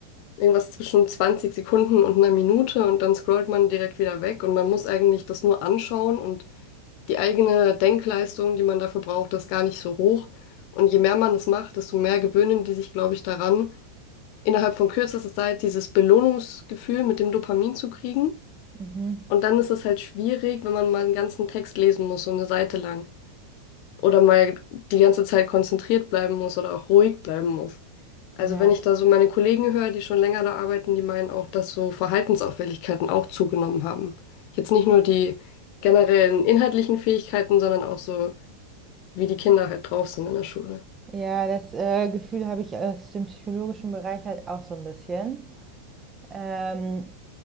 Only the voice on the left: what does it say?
irgendwas zwischen 20 Sekunden und einer Minute und dann scrollt man direkt wieder weg und man muss eigentlich das nur anschauen und die eigene Denkleistung, die man dafür braucht, ist gar nicht so hoch. Und je mehr man das macht, desto mehr gewöhnen die sich, glaube ich, daran, innerhalb von kürzester Zeit dieses Belohnungsgefühl mit dem Dopamin zu kriegen.
Und dann ist es halt schwierig, wenn man mal einen ganzen Text lesen muss, so eine Seite lang. Oder mal die ganze Zeit konzentriert bleiben muss oder auch ruhig bleiben muss. Also
wenn ich da so meine Kollegen höre, die schon länger da arbeiten, die meinen auch, dass so Verhaltensauffälligkeiten auch zugenommen haben. Jetzt nicht nur die generellen inhaltlichen Fähigkeiten, sondern auch so, wie die Kinder halt drauf sind in der Schule.